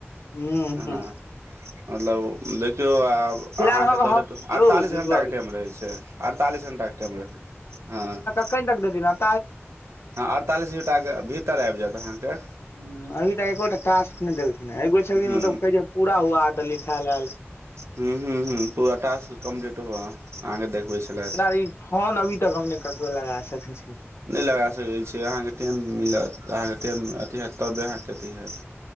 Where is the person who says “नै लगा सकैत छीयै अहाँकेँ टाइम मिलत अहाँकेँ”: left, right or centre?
Right